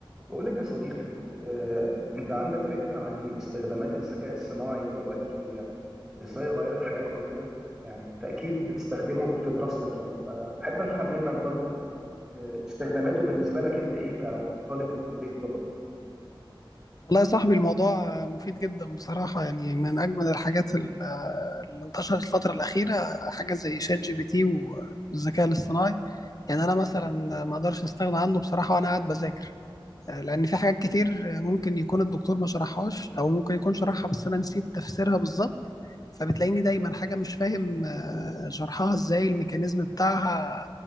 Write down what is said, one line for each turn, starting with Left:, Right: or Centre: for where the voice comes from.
Centre: بقول لك يا صديقي آه، انت عندك فكرة عن استخدامات الذكاء الصناعي دلوقتي آه، ازاي غيرت حياتنا وكده يعني انت اكيد بتستخدمه في دراستك يعني فبحب افهم منك برضو آه، استخداماته بالنسبة لك انت ايه كطالب في كلية طب
Left: والله يا صاحبي الموضوع مفيد جدا بصراحة يعني من أجمل الحاجات ال- اللي انتشرت الفترة الأخيرة حاجة زي شات جي بي تي والذكاء الاصطناعي يعني أنا مثلا ما أقدرش أستغنى عنه بصراحة وأنا قاعد بذاكر لأن في حاجات كتير ممكن يكون الدكتور ما شرحهاش أو ممكن يكون شرحها بس أنا نسيت تفسيرها بالظبط فبتلاقيني دايما حاجة مش فاهم آه، شرحها إزاي الميكانيزم بتاعها